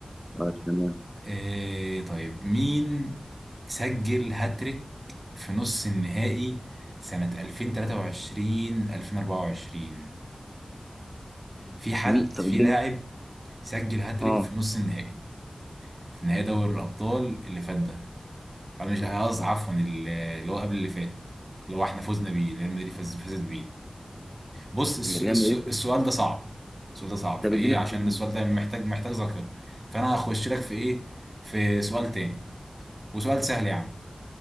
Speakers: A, in the centre; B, on the right.
A: اه تمام
B: آه طيب مين سجل هاتريك في نص النهائي سنة 2023 2024 في حد
A: مين
B: في
A: طب اديني
B: لاعب سجل هاتريك
A: اه
B: في نص النهائي في نهائي دوري الأبطال اللي فات ده أو مش لا، قصدي عفوا اللي هو قبل اللي فات اللي هو احنا فزنا بيه اللي ريال مدريد فاز فازت بيه بص الس-
A: اللي ريال
B: الس-
A: مدريد
B: السؤال ده صعب السؤال ده صعب فايه
A: طب اديني اختيارات.
B: عشان السؤال ده محتاج محتاج ذاكرة فانا هخش لك في ايه في سؤال تاني وسؤال سهل يا عم